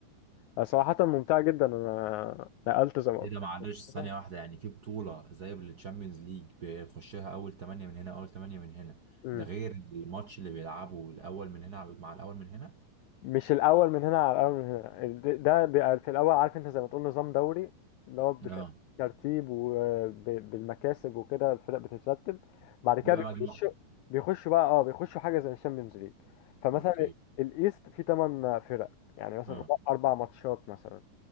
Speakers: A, on the left; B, on the right.
A: بقى صراحة ممتعة جدا انا نقلت زي ما قلت
B: ايه ده معلش ثانية
A: لك.
B: واحدة يعني في بطولة زي التشامبيونز ليج بيخشها أول تمانية من هنا أول تمانية من هنا
A: مم.
B: ده غير الماتش اللي بيلعبه الأول من هنا على- مع الأول من هنا
A: مش الاول من هنا على الاول من هنا ال- ده بيبقى في الاول عارف انت زي ما تقول نظام دوري اللي هو
B: اه
A: بترتيب وبالمكاسب وكده الفرق بتترتب بعد كده
B: بيبقى مجموعة
A: بيخشوا بيخشوا بقى اه بيخشوا حاجه زي الشامبيونز ليج فمثلا
B: اوكي
A: الايست فيه 8 فرق يعني مثلا
B: اه
A: اربع ماتشات مثلا